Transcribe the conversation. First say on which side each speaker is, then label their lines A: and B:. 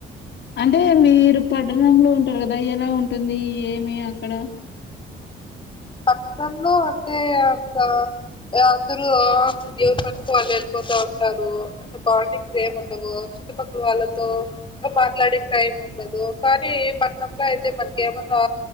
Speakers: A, on the left; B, on the left.
A: అంటే మీరు పట్టణంలో ఉంటారు కదా ఎలా ఉంటుంది ఏమి అక్కడ
B: పట్నంలో అంటే అంత అందరూ ఎవరి పనులకు వాళ్ళు వెళ్ళిపోతా ఉంటారు. అంత బాండింగ్స్ ఏం ఉండవు చుట్టుపక్కల వాళ్ళతో మాట్లాడే టైం ఉండదు. కానీ పట్నంలో అయితే మనకి ఏమన్నా